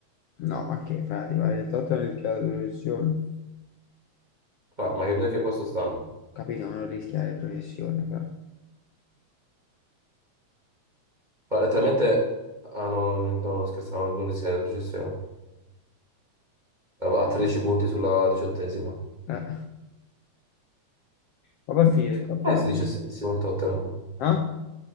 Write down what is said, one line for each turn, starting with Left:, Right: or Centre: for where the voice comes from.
Left: No, ma che frati, guarda, il Tottenham rischia la retrocessione.
Right: Ah, ma hai capito a che posto stanno?
Left: Capito, ma non rischia la retrocessione, fra.
Right: Ma letteralmente... Ah no, no, no, no, no, scherzavo, non rischia la retrocessione. A 13 punti sulla diciottesima.
Left: Eh. Ma poi è finito il
Right: Come
Left: campionato.
Right: fai a essere diciassettesimo il Tottenham?
Left: Ah?